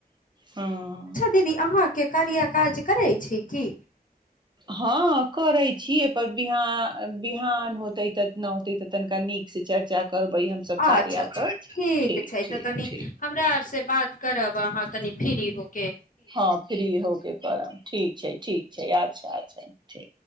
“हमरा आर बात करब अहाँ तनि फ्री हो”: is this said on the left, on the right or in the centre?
Left